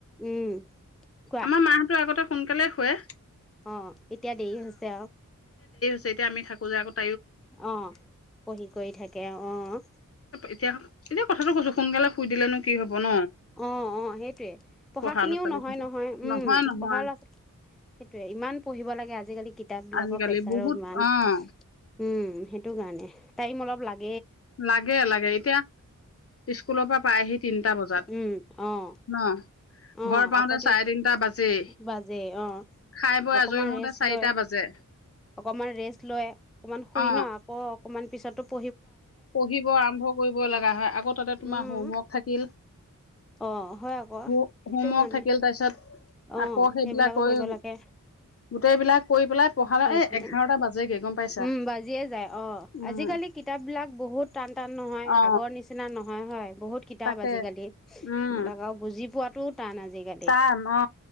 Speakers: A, in the centre; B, on the left.
A: উম। কোৱা
B: আমাৰ মাহতো আগতে সোনকালে শুৱে।
A: অ', এতিয়া দেৰি হৈছে আৰু।
B: তেতিয়া আমি থাকো যে আগত
A: অহ, পঢ়ি কৰি থাকে, অহ।
B: এতিয়া এতিয়া কথাটো কৈছো, সোনকালে শুই দিলেনো কি হব ন
A: অ', অ', সেইটোয়ে, পঢ়াখিনিও
B: পঢ়া ল'ৰা ছোৱালী
A: নহয়
B: থাকে
A: নহয়। উম,
B: নহয়
A: পঢ়াৰ ল'ৰা, সেইটোয়ে ইমান পঢ়িব লাগে আজিকালি কিতাপ বিলাকৰ
B: আজিকালি
A: পেছাৰো
B: বহুত
A: ইমান।
B: অ
A: উম, সেইটো কাৰণে, টাইম অলপ লাগ
B: লাগে লাগে। এতিয়া, স্কুলৰ পৰা পাইহি তিনটা বজাত
A: উম, অ'।
B: ন
A: অ',
B: ঘৰ পাওঁতে
A: আকৌ
B: চাৰে
A: <unintelligible>
B: তিনটা বাজেই
A: বাজেই অ',
B: খাই বৈ
A: অকমান
B: আজৰি হওঁতে
A: ৰেষ্ট
B: চাৰিটা
A: লয়,
B: বাজে
A: অকণমান ৰেষ্ট লয়, অকণমান শুই
B: অ
A: ন' আকৌ অকণমান পিছততো প
B: পঢ়িব আৰম্ভ কৰিব লগা হয় আকৌ তাতে তোমাৰ
A: উম,
B: হোমৱৰ্ক থাকিল
A: অ', হয় আকৌ
B: হোমৱৰ্ক
A: সেইটো কাৰণে
B: থাকিল তাৰপিছত
A: অ',
B: আকৌ সেইবিলাক
A: সেইবিলাকো
B: কৰি,
A: কৰিব লাগে
B: গোটেইবিলাক কৰি পেলাই পঢ়ালে
A: কৰি
B: এ-এঘাৰটা
A: পেলাই
B: বাজেগে গম পাইছা,
A: উম, বাজিয়ে যায় অ',
B: উম।
A: আজিকালি কিতাপবিলাক বহুত টান টান নহয়
B: অ
A: আগৰ নিচিনা নহয় হয়। বহুত কিতাপ
B: তাকে
A: আজিকালি, এইবিলাক
B: উম
A: আৰু বুজি পোৱাত টান আজিকালি।
B: টান অ